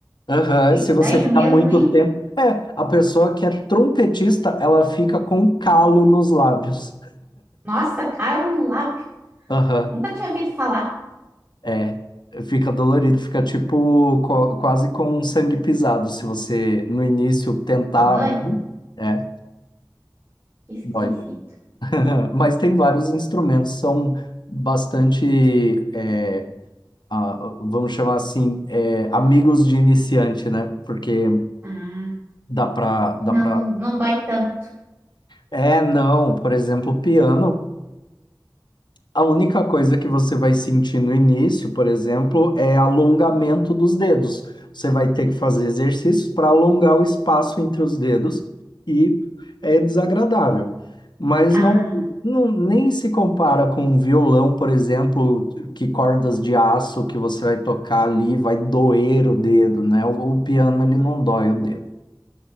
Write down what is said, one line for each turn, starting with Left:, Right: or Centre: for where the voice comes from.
Left: Aham,
Right: estranho
Left: Se você ficar
Right: mesmo,
Left: muito
Right: hein?
Left: tempo. É, a pessoa que é trompetista, ela fica com calo nos lábios.
Right: Nossa, caro no lápio.
Left: Aham,
Right: Nunca tinha ouvido falar.
Left: é. Fica dolorido, fica tipo co- quase com um sangue pisado. Se você no início tentar,
Right: Ai,
Left: muito, é,
Right: que esquisito.
Left: dói muito. <laughs> Mas tem vários instrumentos, são bastante, é, a- vamos chamar assim, é, amigos de iniciante, né? Porque
Right: Ah,
Left: dá pra, dá
Right: não,
Left: pra.
Right: não dói tanto.
Left: É, não, por exemplo, o piano. A única coisa que você vai sentir no início, por exemplo, é alongamento dos dedos. Você vai ter que fazer exercícios para alongar o espaço entre os dedos e é desagradável. Mas
Right: Ah,
Left: não, não- nem se compara com um violão, por exemplo, que cordas de aço que você vai tocar ali vai doer o dedo, né? O, o piano ele não dói o dedo.